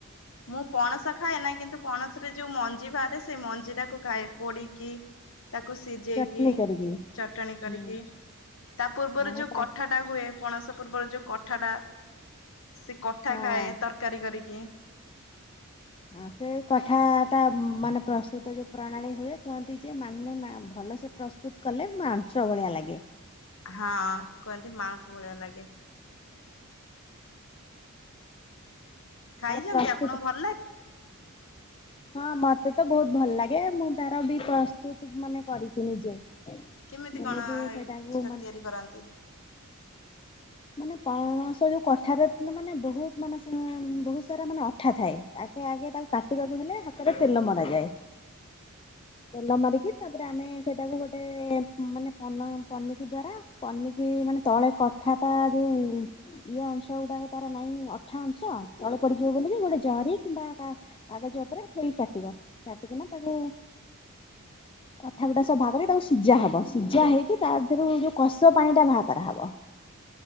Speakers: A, on the left; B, on the left.
A: ମୁଁ ପଣସ ଖାଏ ନା କିନ୍ତୁ ପଣସରେ ଯୋଉ ମଞ୍ଜି ବାହାରେ ସେଇ ମଞ୍ଜି ଟାକୁ ଖାଏ ପୋଡିକି। ତାକୁ ସିଯେଇକି
B: ଚଟଣି କରିକି।
A: ଚଟଣି କରିକି
B: ହୁଁ
A: ତା ପୂର୍ବରୁ
B: ହଁ
A: ଯୋଉ
B: ତା
A: କଠାଟା ହୁଏ। ପଣସ ପୂର୍ବରୁ ଯୋଉ କଠା ଟା ସେ କଠା
B: ହଁ
A: ଖାଏ ତରକାରୀ କରିକି।
B: ହଁ ସେ କଠା ଟା ମାନେ ପ୍ରସ୍ତୁତ ଯୋଉ ପ୍ରଣାଳୀ ହୁଏ କୁହନ୍ତି ଯେ ମାନେ ମା ଭଲ। ସେ ପ୍ରସ୍ତୁତ କଲେ ମାଂସ ଭଳିଆ ଲାଗେ।
A: ହଁ କୁହନ୍ତି ମାଉଁସ ଭଳିଆ ଲାଗେ। ଖାଇଛନ୍ତି
B: ତାର ପ୍ରସ୍ତୁତ
A: ଆପଣଙ୍କୁ ଭଲ ଲାଗ।
B: ହଁ ମତେ ତ ବହୁତ ଭଲ ଲାଗେ ମୁଁ ତାର ବି ପ୍ରସ୍ତୁତ ମାନେ କରିଛି ନିଜେ।
A: କେମିତି କଣ
B: ଏମିତି
A: ହେ
B: ସେଇଟାକୁ
A: ସେଟା
B: ମାନେ
A: ତିଆରି କରନ୍ତି।
B: ମାନେ ପଣସ ଯୋଉ କଠାରେ ମାନେ ବହୁତ ମାନେ ସେ ମ ବହୁତ ସାରା ମାନେ ଅଠା ଥାଏ ଆଗେ। ଆଗେ ତାକୁ କାଟିବାକୁ ହେଲେ ହାତରେ ତେଲ ମରା ଯାଏ। ତେଲ ମାରିକି। କି ତାପରେ ଆମେ ସେଟାକୁ ଗୋଟେ ମାନେ ପନ ପନିକି ଦ୍ଵାରା ପନିକି ମାନେ ତଳେ କଠା। ଯୋଉ ଇଏ ଅଂଶ ଗୁଡାକ ତାର ନାଇଁ ଅଠା ଅଂଶ ତଳେ ପଡିଯିବ ବୋଲିିକି ଗୋଟେ। ଜରି କିମ୍ବା କା କାଗଜ ଉପରେ ଥୋଇ କାଟିବ କାଟିକିନା ତାକୁ। କଠା ଗୁଡ଼ା ସବୁ ଭା କରି ତାକୁ ସିଜା ହବ। ସିଝା ହେଇକି ତା ଧିଅରୁ ଯୋଉ କଷ ପାଣି ଟା ଭା କରା ହବ।